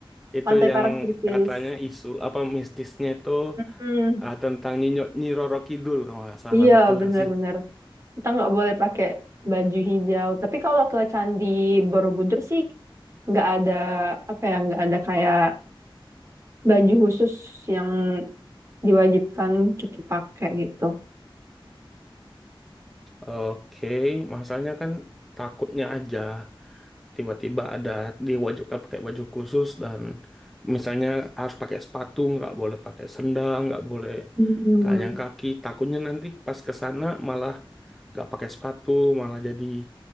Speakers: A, in the centre; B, on the right.
A: itu
B: pantai
A: yang
B: Parangtritis.
A: katanya isu apa mistisnya itu
B: Hmm,
A: ah, tentang Nyinyo, Nyi Roro Kidul kalau nggak salah.
B: iya,
A: Betul
B: benar-benar.
A: nggak sih?
B: Kita nggak boleh pakai baju hijau. Tapi kalau ke Candi Borobudur sih nggak ada apa ya, nggak ada kayak baju khusus yang diwajibkan kita pakai gitu.
A: Oke, masalahnya kan takutnya aja. tiba-tiba ada diwajibkan pakai baju khusus dan misalnya harus pakai sepatu, nggak boleh pakai sendal, nggak boleh
B: Hmm,
A: telanjang kaki. Takutnya nanti pas ke sana malah nggak pakai sepatu, malah jadi